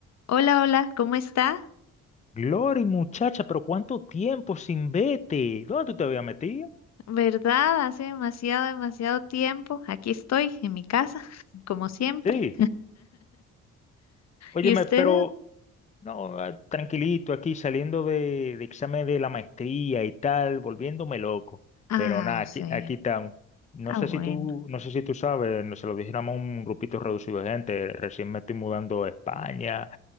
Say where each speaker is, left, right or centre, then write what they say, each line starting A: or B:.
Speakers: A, on the left; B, on the left.
A: Hola, hola, ¿cómo está?
B: Glory, muchacha, pero ¿cuánto tiempo sin vete? ¿Dónde tú te habías metido?
A: ¿Verdad? Hace demasiado, demasiado tiempo. Aquí estoy, en mi casa, <laughs> como siempre.
B: Sí. Óyeme,
A: ¿Y usted?
B: pero No, ah, tranquilito aquí saliendo de, de examen de la maestría y tal, volviéndome loco.
A: Ah,
B: Pero nada, aquí,
A: sí.
B: aquí estamos. No
A: Ah,
B: sé
A: bueno.
B: si tú, no sé si tú sabes, no se lo dijéramos a un grupito reducido de gente. Recién me estoy mudando a España.